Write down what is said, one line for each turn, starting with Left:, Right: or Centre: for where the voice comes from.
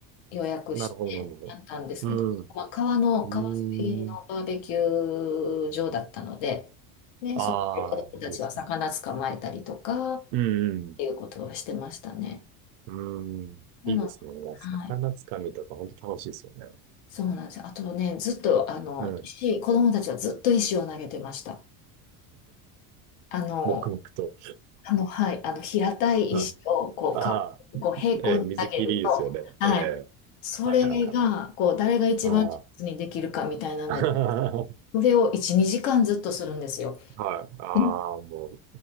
Left: 予約してやったんですけど、
Right: なるほど、なるほど。うん。
Left: まあ、川の、
Right: うん。
Left: 川沿いのバーベキュー場だったので、で、
Right: ああ、
Left: そこで子供たちは魚捕まえたりとか、
Right: いいですね。
Left: っ
Right: うん。
Left: ていうことをしてましたね。
Right: うん。うんいいですね。
Left: なの、
Right: いや魚つかみとか本当楽しいですよね。
Left: はい。そうなんですよ。あとね、ずっと、あの、
Right: うん。
Left: 石、子供たちはずっと石を投げてました。あの、
Right: 黙々と。
Left: あの、はい、あの、平たい石を、
Right: うん。
Left: こう、
Right: ああ、
Left: か、こう平行に投げると、
Right: ええ、水切りいいですよね。
Left: はい。
Right: ええ、
Left: それが、
Right: はいはいはい。
Left: こう、誰が一番上手にできるかみたいなので、
Right: ああ。<laughs>
Left: それを1、2時間ずっとするんですよ。
Right: はい。ああ、
Left: うん
Right: も